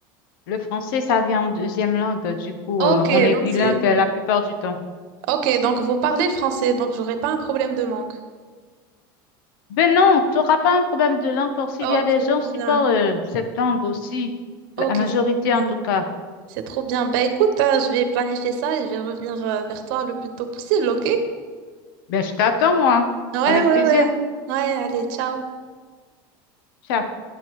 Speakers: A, on the left (about 75°); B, on the right (about 70°).
A: le français, ça vient en deuxième langue. Du coup,
B: ok,
A: euh, on est
B: donc
A: bilingue
B: c'est...
A: euh, la plupart du temps.
B: Ok, donc vous parlez le français, donc j'aurai pas un problème de langue.
A: Ben non, tu n'auras pas un problème de langue parce qu'il
B: Ok,
A: y a des gens
B: trop
A: qui
B: bien.
A: parlent euh, cette langue aussi,
B: Ok,
A: la majorité
B: c'est trop bien.
A: en tout cas.
B: C'est trop bien. Bah écoute, hein, je vais planifier ça et je vais revenir euh, vers toi le plus tôt possible, ok?
A: Ben je t'attends, moi,
B: Ouais,
A: avec
B: ouais,
A: plaisir.
B: ouais. Ouais, allez, ciao.
A: Ciao.